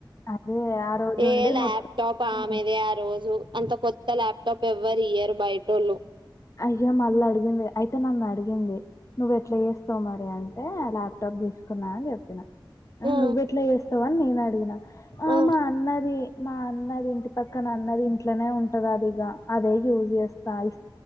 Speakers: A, on the left; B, on the right.
A: అదే ఆ రోజు
B: ఏ
A: ఉండి
B: ల్యాప్‌టాప్
A: మొత్తం
B: ఆమెదే ఆ రోజు అంత కొత్త ల్యాప్టాప్ ఎవ్వరియ్యరు బైటోళ్ళు
A: అయ్యా మళ్ళడిగింది అయితే నన్ను అడిగింది నువ్వెట్లా చేస్తావు మరి అంటే ల్యాప్ టప్ తీసుకున్నా అని చెప్పిన
B: ఆ
A: నువ్వుయెట్లా చేస్తావని నేను అడిగిన
B: ఆ
A: మా అన్నది మా అన్నది ఇంటి పక్ పక్కనా అన్నది ఇంట్లోనే ఉం <unintelligible> అదే యూజ్ చేస్తా ఇస్